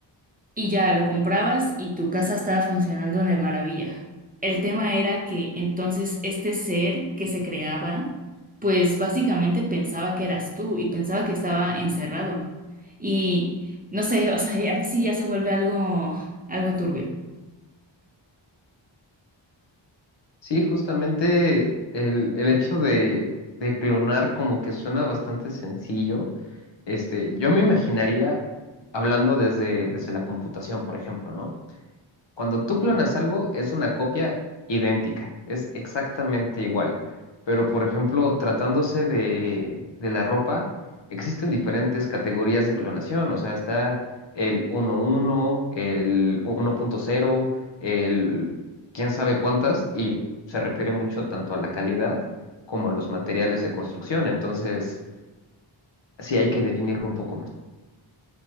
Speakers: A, on the right; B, on the left.
A: Y ya lo comprabas y tu casa estaba funcionando de maravilla. El tema era que entonces este ser que se creaba, pues básicamente pensaba que eras tú y pensaba que estaba encerrado. Y no sé, o sea, <laughs> ahí sí ya se vuelve algo, algo turbio.
B: Sí, justamente el, el hecho de, de clonar como que suena bastante sencillo. Este, yo me imaginaría hablando desde, desde la computación, por ejemplo, ¿no? Cuando tú clonas algo, es una copia idéntica, es exactamente igual. Pero, por ejemplo, tratándose de, de la ropa, existen diferentes categorías de clonación. O sea, está el 1.1, el 1.0, el quién sabe cuántas, y se refiere mucho tanto a la calidad como a los materiales de construcción. Entonces, sí hay que definirlo un poco más.